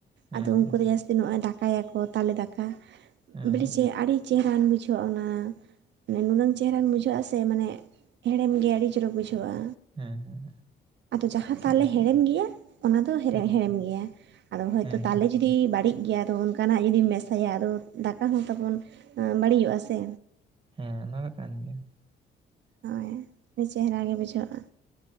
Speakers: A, on the right; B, on the right.
A: ᱦᱮᱸ
B: ᱟᱫᱚ ᱩᱱᱠᱩ
A: ᱦᱮᱸ ᱦᱮᱸ
B: ᱫᱚ ᱡᱟᱹᱥᱛᱤ ᱱᱚᱜ-ᱚᱭ ᱫᱟᱠᱟᱭᱟᱠᱚ ᱛᱟᱞᱮ ᱫᱟᱠᱟ᱾
A: ᱦᱮᱸ
B: ᱵᱚᱞᱮ ᱪᱮᱫ ᱟᱹᱰᱤ ᱪᱮᱦᱨᱟᱱ ᱵᱩᱡᱷᱟᱹᱜ-ᱟ ᱚᱱᱟ᱾ ᱢᱟᱱᱮ ᱱᱩᱱᱟᱹᱝ ᱪᱮᱦᱨᱟᱧ ᱵᱩᱡᱷᱟᱹᱜ-ᱟ ᱥᱮ ᱢᱟᱱᱮ ᱦᱮᱲᱮᱢ ᱜᱮ ᱟᱹᱰᱤ ᱪᱚᱨᱚᱠ ᱵᱩᱡᱷᱟᱹᱜ-ᱟ᱾
A: ᱦᱮᱸ ᱦᱮᱸ
B: ᱟᱫᱚ ᱡᱟᱦᱟᱸ
A: ᱥᱟᱹᱨᱤᱜᱮ
B: ᱛᱟᱞᱮ ᱦᱮᱲᱮᱢ ᱜᱮᱭᱟ ᱚᱱᱟ ᱫᱚ ᱦᱮ
A: ᱦᱮᱸ
B: ᱦᱮᱲᱮᱢ ᱜᱮᱭᱟ᱾ ᱟᱫᱚ ᱦᱚᱭᱛᱚ
A: ᱦᱮᱸ
B: ᱛᱟᱞᱮ
A: ᱦᱮᱸ
B: ᱡᱩᱫᱤ ᱵᱟᱹᱲᱤᱡ ᱜᱮᱭᱟ ᱟᱫᱚ ᱚᱱᱠᱟᱱᱟᱜ ᱡᱩᱫᱤᱢ ᱢᱮᱥᱟᱭᱟ ᱟᱫᱚ ᱫᱟ ᱠᱟ ᱛᱟᱵᱚᱱ ᱦᱚᱸ ᱵᱟᱹᱲᱤᱡᱚᱜᱼᱟ ᱥᱮ?
A: ᱦᱮᱸ ᱚᱱᱟ ᱫᱚ ᱠᱟᱱ ᱜᱮᱭᱟ᱾
B: ᱦᱳᱭ ᱟᱹᱰᱤ ᱪᱮᱦᱨᱟ ᱜᱮ ᱵᱩᱡᱷᱟᱹᱜ-ᱟ᱾